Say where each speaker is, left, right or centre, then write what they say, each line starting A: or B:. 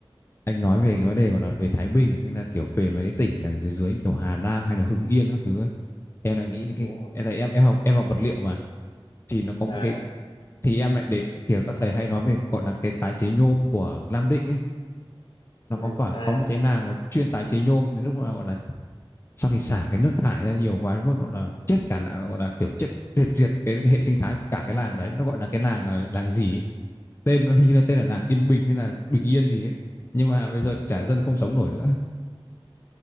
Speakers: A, on the left; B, on the left.
A: anh nói về cái vấn đề gọi là về Thái Bình hay là kiểu về mấy cái tỉnh đằng dưới dưới kiểu Hà Nam hay là Hưng Yên các thứ ấy. em lại nghĩ đến cái
B: đúng không
A: em thấy em em học em học vật liệu mà thì nó có
B: à
A: một cái thì em lại để kiểu các thầy hay nói về gọi là cái tái chế nhôm của Nam Định ấy nó
B: ừ,
A: có cả
B: à
A: có một cái nàng mà chuyên tái chế nhôm đến lúc mà gọi là sau thì xả cái nước thải ra nhiều quá đến mức gọi là chết cả gọi là kiểu chết tuyệt diệt cái hệ sinh thái của cả cái làng đấy nó gọi là cái làng ờ, làng gì ấy. tên nó hình như là tên là làng Yên Bình hay là Bình Yên gì ấy nhưng mà bây giờ thì chả
B: ừ.
A: dân không sống nổi nữa